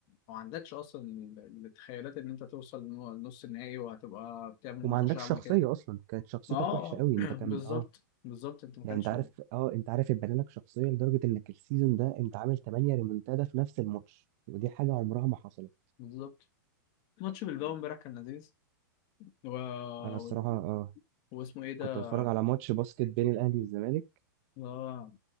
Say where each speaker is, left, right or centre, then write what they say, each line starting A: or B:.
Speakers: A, on the left (about 45°); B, on the right (about 50°).
A: ما عندكش اصلا ال- التخيلات ان انت توصل لنص النهائي وهتبقى بتعمل
B: وما
A: ماتش
B: عندكش
A: عامل
B: شخصية
A: كده
B: اصلا كانت شخصيتك
A: ما اه
B: وحشة قوي
A: <clears throat>
B: انت كان
A: بالظبط
B: اه
A: بالظبط انت ما
B: يعني
A: كانش
B: انت عارف
A: م-
B: اه انت عارف اتبنى لك شخصية لدرجة انك السيزون ده انت عامل 8 ريمونتادا في نفس الماتش ودي حاجة عمرها ما حصلت
A: بالظبط ماتش بالباو امبارح كان لذيذ و...
B: انا الصراحة
A: و...
B: اه
A: واسمه ايه ده
B: كنت بتفرج على ماتش باسكت بين الاهلي والزمالك
A: اه